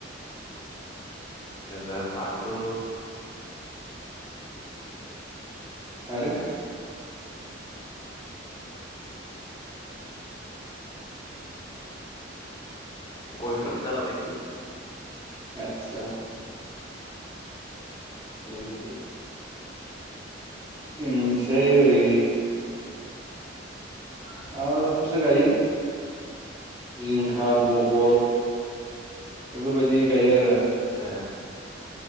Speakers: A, on the left (about 20°); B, on the right (about 20°).
A: ओरो बानलु
B: आरो
A: गयफ्राबो जालाबायलै
B: आतसा
A: नोंसिनि थिं
B: उम फ्राय ओरै
A: <inaudible>
B: आर फोरसो गायो <unintelligible> जिंखा बहल बेफोरबायदि गायो आरो।
A: ओ